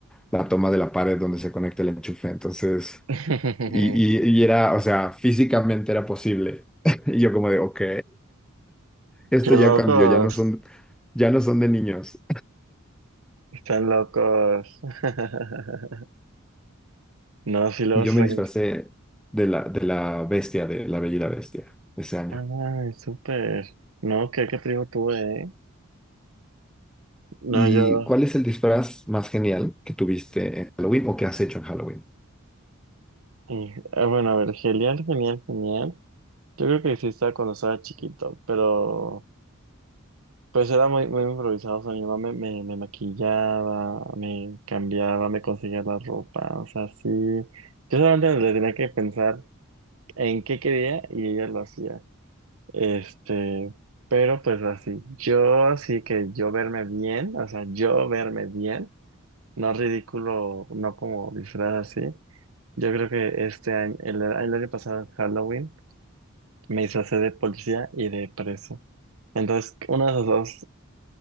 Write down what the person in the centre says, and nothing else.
la toma de la pared donde se conecta el enchufe. Entonces,
y, y, y era, o sea, físicamente era posible. <laughs> Y yo como de, ok, esto
ya
cambió, ya no son, ya no son de niños.
Y yo
me
disfracé de la, de la bestia, de la Bella y la Bestia, ese año.
¿Y
cuál es el disfraz más genial que tuviste en Halloween o que has hecho en Halloween?